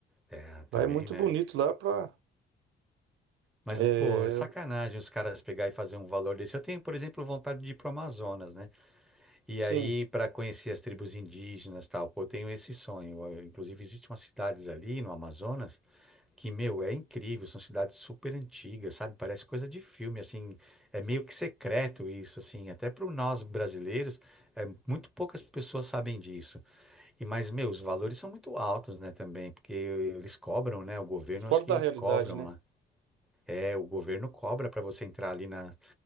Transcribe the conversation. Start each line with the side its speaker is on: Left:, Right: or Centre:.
Centre: é, também,
Right: Lá é muito
Centre: né?
Right: bonito lá pra.
Centre: Mas,
Right: É,
Centre: pô, é sacanagem os caras pegar e fazer um valor desse. Eu tenho, por exemplo, vontade de ir pro Amazonas, né? E
Right: sim,
Centre: aí, para conhecer as tribos indígenas, e tal, pô, eu tenho esse sonho. Eu, Inclusive, existem umas cidades ali no Amazonas Que, meu, é incrível, são cidades super antigas, sabe? Parece coisa de filme, assim, é meio que secreto isso, assim, até para nós brasileiros, é, muito poucas pessoas sabem disso. E mas, meu, os valores são muito altos, né, também, porque eles cobram, né? O governo
Right: fora
Centre: acho que
Right: da realidade,
Centre: cobram
Right: né?
Centre: lá. É, o governo cobra para você entrar ali na,